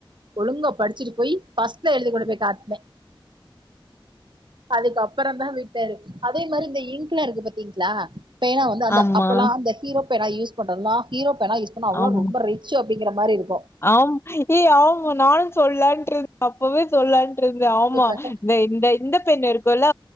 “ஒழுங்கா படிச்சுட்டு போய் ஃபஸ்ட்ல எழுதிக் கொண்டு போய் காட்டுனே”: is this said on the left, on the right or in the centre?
Right